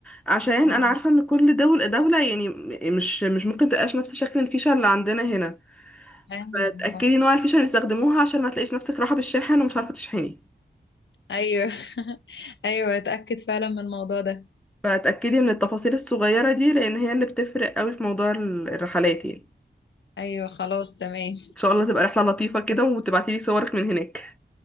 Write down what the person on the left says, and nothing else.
آه،
ايوه
آه،
ايوه <laughs> ايوه اتأكد فعلا من الموضوع ده
ايوه خلاص تمام